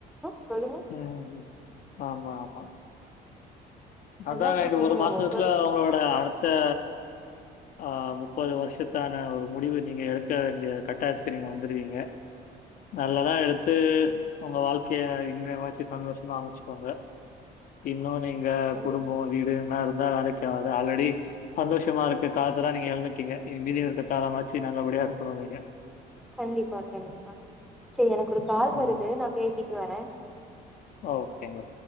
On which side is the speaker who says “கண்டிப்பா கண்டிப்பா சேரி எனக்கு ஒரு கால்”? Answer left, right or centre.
Centre